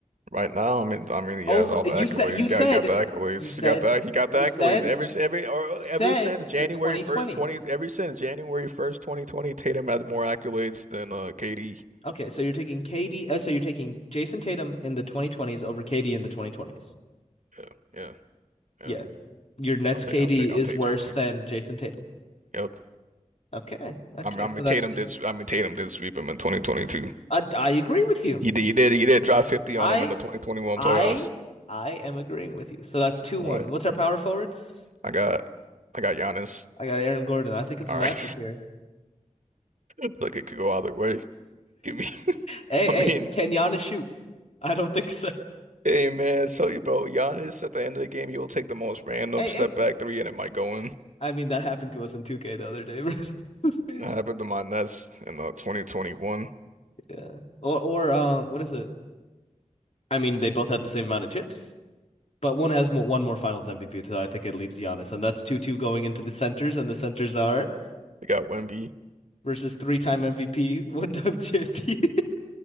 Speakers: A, on the right (about 75°); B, on the left (about 60°).
A: Right now, I mean, I mean, he
B: over
A: has all
B: you
A: the accolades.
B: said you said
A: Yeah, he got the accolades.
B: you said
A: He got the he got
B: you
A: the accolades.
B: said
A: Every every or
B: you said
A: ever since January
B: the 2020s.
A: first, twenty. Ever since January first, twenty twenty, Tatum had more accolades than uh KD.
B: Okay, so you're taking KD uh, so you're taking Jason Tatum in the 2020s over KD in the 2020s.
A: Yeah, yeah, yeah.
B: Yeah. Your Nets
A: Yeah, I'll take
B: KD
A: I'll take I'll
B: is
A: take
B: worse
A: JT.
B: than Jason Tatum.
A: Yep.
B: Okay. Okay,
A: I mean, I
B: so
A: mean
B: that's
A: Tatum
B: t-
A: did. s- I mean Tatum did sweep him in twenty twenty two.
B: I I agree with you.
A: He did. He did. He did drop fifty
B: I
A: on him in the twenty twenty one
B: I
A: playoffs.
B: I am agreeing with you. So that's 2-1.
A: All right.
B: What's our power forwards?
A: I got I got Giannis.
B: I got Aaron Gordon. I think it's
A: All
B: a matchup
A: right.
B: here. <laughs>
A: <laughs> Look, it could go either way. Give me. <laughs>
B: Hey,
A: I
B: hey,
A: mean.
B: can Giannis shoot? I don't think so.
A: Hey man, so you bro, Giannis at the end of the game, you'll take the most random
B: Hey,
A: step
B: hey,
A: back three and it might go in.
B: I mean, that happened to us in 2K the other day, bro. <laughs> It was crazy.
A: That happened to my Nets in uh, 2021.
B: Yeah. Or or um, what is it? I mean, they both had the same amount of chips, but one has more, one more Finals MVP, so I think it leaves Giannis, and that's 2-2 going into the centers, and the centers are
A: They got Wemby,
B: versus three-time MVP, one-time champion. <laughs>